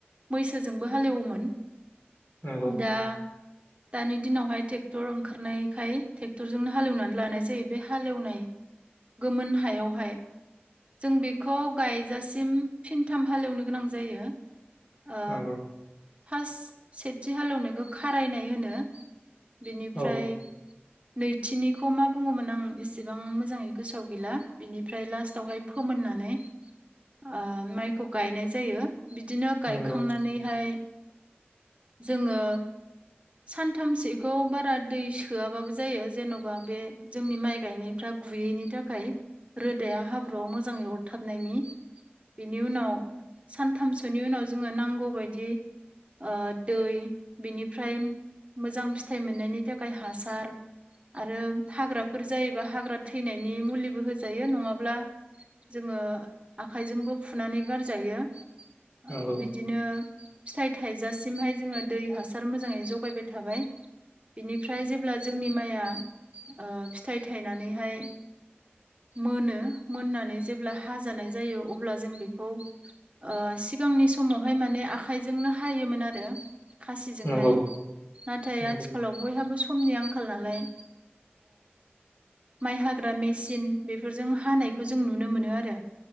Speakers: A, on the right; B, on the left.
A: मैसोजोंबो हाल एवोमोन
B: नंगौ
A: दा दानि दिनावहाय ट्रेक्टर ओंखारनायखाय ट्रेक्टरजोंनो हालेवनानै लानाय जायो बे हालेवनाय गोमोन हायावहाय जों बेखौ गायजासिम फिनथाम हालेवनो गोनां जायो ओ
B: नंगौ
A: फार्स्ट सेथि हालेवनायखौ खारायनाय होनो बेनिफ्राय
B: औ
A: नैथिनिखौ मा बुङोमोन आं एसेबां मोजाङै गोसोआव गैला बिनिफ्राय लास्टावहाय फोमोननानै आ माइखौ गायनाय जायो बिदिनो
B: नंगौ
A: गायखांनानैहाय जोङो सानथामसेखौ बारा दै सोआबाबो जायो जेन'बा बे जोंनि माइ गायनाय फ्रा गुयैनि थाखाय रोदाया हाब्रुआव मोजाङै अरथाबनायनि बिनि उनाव सानथामसोनि उनाव जोङो नांगौबायदि ओ दै बिनिफ्राय मोजां फिथाइ मोननायनि थाखाय हासार आरो हाग्राफोर जायोबा हाग्रा थैनायनि मुलिबो होजायो नङाब्ला जोङो आखाइजोंबो फुनानै गारजायो
B: नंगौ
A: औ बिदिनो फिथाइ थाइजासिमहाय जोङो दै हासार मोजाङै जगायबाय थाबाय बिनिफ्राय जेब्ला जोंनि माइआ फिथाइ थायनानैहाय मोनो मोननानै जेब्ला हाजानाय जायो अब्ला जों बेखौ सिगांनि समावहाय माने आखाइजोंनो हायोमोन आरो खासिजोंहाय
B: नंगौ
A: नाथाय
B: नंगौ
A: आथिखालाव बयहाबो समनि आखाल नालाय माइ हा हग्रा मेसिन बेफोरजों हानायखौ जों नुनो मोनो आरो